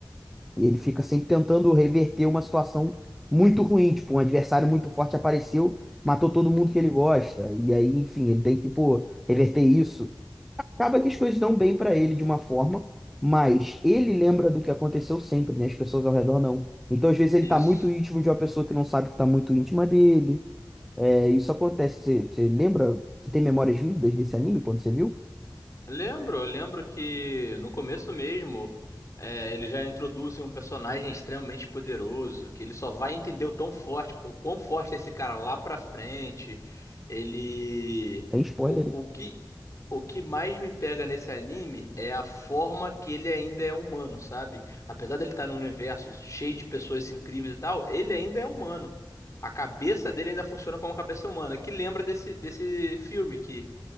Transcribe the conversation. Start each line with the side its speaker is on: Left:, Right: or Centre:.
Centre: ele fica sempre tentando reverter uma situação muito ruim, tipo, um adversário muito forte apareceu, matou todo mundo que ele gosta, e aí, enfim, ele tem que, pô, reverter isso, Acaba que as coisas dão bem para ele de uma forma, mas ele lembra do que aconteceu sempre, né? As pessoas ao redor não. Então, às vezes, ele
Left: isso.
Centre: tá muito íntimo de uma pessoa que não sabe que tá muito íntima dele. É, isso acontece. Você, você lembra? Você tem memórias vívidas desse anime quando você viu?
Left: Lembro, eu lembro que no começo mesmo, é, eles já introduzem um personagem extremamente poderoso, que ele só vai entender o tão forte, o quão forte é esse cara lá pra frente. Ele.
Centre: Tem spoiler.
Left: O,
Centre: hein?
Left: o que, o que mais me pega nesse anime é a forma que ele ainda é humano, sabe? Apesar dele estar num universo cheio de pessoas incríveis e tal, ele ainda é humano. A cabeça dele ainda funciona como uma cabeça humana, que lembra desse, desse filme que.